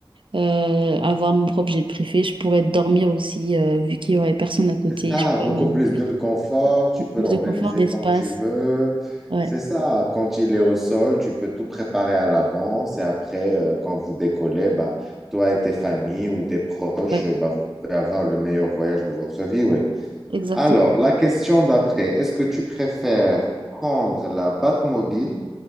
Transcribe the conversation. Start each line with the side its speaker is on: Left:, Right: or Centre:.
Right: euh, avoir mon propre jet privé, je pourrais dormir aussi euh, vu qu'il y aurait personne à côté,
Centre: C'est ça,
Right: je pourrais
Centre: beaucoup
Right: m'allonger.
Centre: plus de confort, tu peux
Right: plus
Centre: l'organiser
Right: de confort d'espace.
Centre: comme tu veux.
Right: Ouais,
Centre: C'est ça, quand il est au sol, tu peux tout préparer à l'avance et après, euh, quand vous décollez, bah, toi et tes familles ou tes proches,
Right: ouais,
Centre: euh, bah, vous pouvez avoir le meilleur voyage de votre vie, oui.
Right: exactement.
Centre: Alors, la question d'après, est-ce que tu préfères prendre la Batmobile